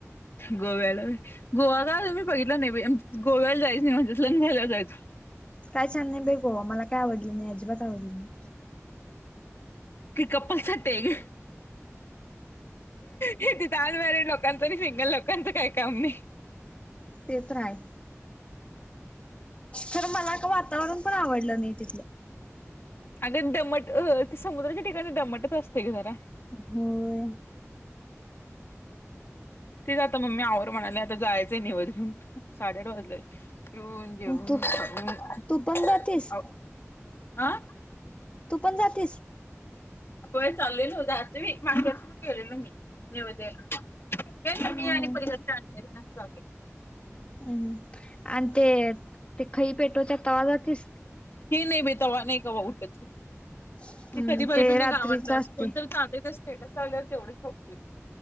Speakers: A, on the left; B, on the left.
A: गोव्याला गोवा का तुम्ही बघितला नाही. गोव्याला जायच नाही म्हणज्यात लंग घायला जायचं
B: काय छान नाही बे गोवा मला काय आवडलं नाही अजिबात आवडल नाही.
A: ते कपल साठी आहे ग तिथे अमर्रीएड.. लोकांचं नाही सिंगल लोकांचं काही काम नाही.
B: ते तरय तर मला का वातावरण पण आवडलं नाही. तिथलं..
A: अगर दमट अ समुद्राच्या ठिकाणी दम्मटच असते की जरा..
B: होय
A: तेच आता मम्मी आवर म्हणाले आता जायचंय निवत घेऊन साड्या. य येऊन जेऊन
B: तू
A: खऊ.
B: तू पण जातीस
A: आं
B: तू पण जातीस.
A: हो चालले मी मागच्या वर्षी पण गेली होती नैवेद्य द्यायला. फ ममीणी
B: हम्म.
A: परी सजा
B: हम्म आणि ते ते खई पेटोच्या तवाजातीलस..
A: हे नाही बेतावा नाही कावा उठत.
B: हम्म
A: ते कधी बैल नाही
B: रात्रीच
A: गावातलं
B: असते
A: कोण तर तांदच्या स्टेटस लावल्यावर तेवढच बघतोय.